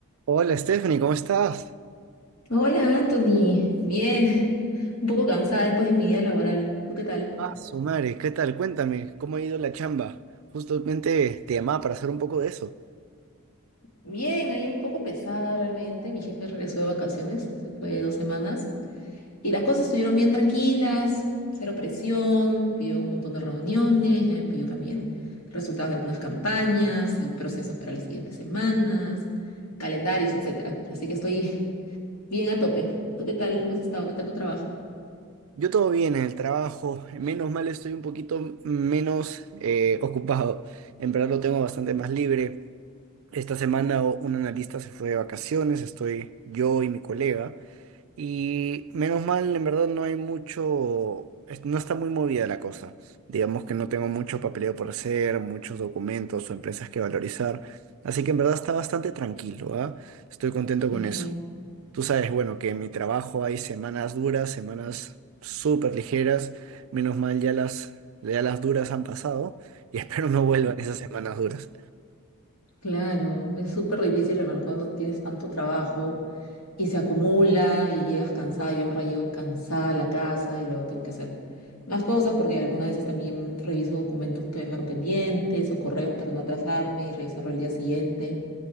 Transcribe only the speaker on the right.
Hola Stephanie, ¿cómo estás?
Ah, su madre, ¿qué tal? Cuéntame, ¿cómo ha ido la chamba? Justamente te llamaba para hacer un poco de eso.
Yo todo bien en el trabajo, menos mal estoy un poquito menos eh, ocupado. En verdad lo tengo bastante más libre. Esta semana o- un analista se fue de vacaciones, estoy yo y mi colega. Y menos mal, en verdad no hay mucho, es- no está muy movida la cosa. Digamos que no tengo mucho papeleo por hacer, muchos documentos o empresas que valorizar. Así que en verdad está bastante tranquilo, ¿ah? Estoy contento con
eso.
Tú sabes, bueno, que en mi trabajo hay semanas duras, semanas súper ligeras. Menos mal ya las, ya las duras han pasado y <laughs> espero no vuelvan esas semanas duras.